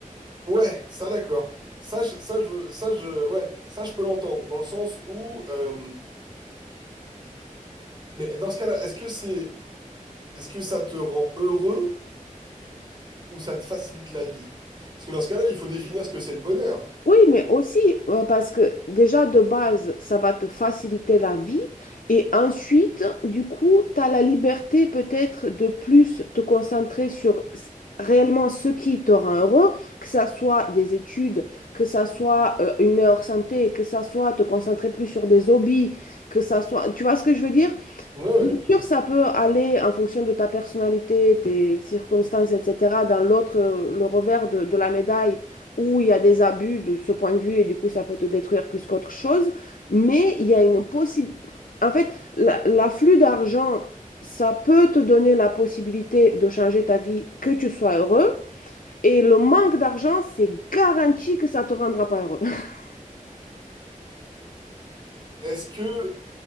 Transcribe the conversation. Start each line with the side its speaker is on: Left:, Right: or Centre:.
Right: Ouais, ça d'accord. Ça, je- ça, je, ça, je, ouais, ça, je peux l'entendre, dans le sens où, euh, mais dans ce cas-là, est-ce que c'est, est-ce que ça te rend heureux ou ça te facilite la vie? Parce que dans ce cas-là, il faut définir ce que c'est le bonheur.
Left: Oui, mais aussi euh, parce que déjà de base, ça va te faciliter la vie et ensuite, du coup, tu as la liberté peut-être de plus te concentrer sur s- réellement ce qui te rend heureux, que ça soit des études, que ça soit euh, une meilleure santé, que ça soit te concentrer plus sur des hobbies, que ça soit... Tu vois ce que je veux dire?
Right: Ouais, ouais.
Left: Bien sûr, ça peut aller en fonction de ta personnalité, tes circonstances, etc. Dans l'autre, euh, le revers de, de la médaille, où il y a des abus de ce point de vue, et du coup, ça peut te détruire plus qu'autre chose. Mais il y a une possibilité... En fait, la- l'afflux d'argent, ça peut te donner la possibilité de changer ta vie, que tu sois heureux. Et le manque d'argent, c'est garanti que ça te rendra pas heureux. <laughs>
Right: Est-ce que...